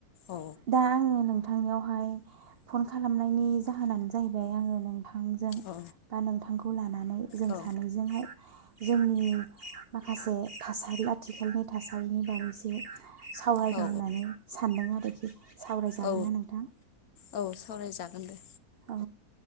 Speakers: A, on the left; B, on the right.
A: औ
B: दा आङो नों थांनियावहाय फन खालामनायनि जाहोनानो जाहैबाय आङो नों थांजों
A: औ
B: बा नोंथां खौ लाना नै जों
A: औ
B: सानैजोंहाय जोंनि माखासे थासारिया आथिखालनि थासारिनि बायैसो सावरायनो
A: औ
B: होननानै सानदों आरो। सावरायजागोन
A: औ
B: ना नोंथां?
A: औ सावरायजागोन दे।
B: औ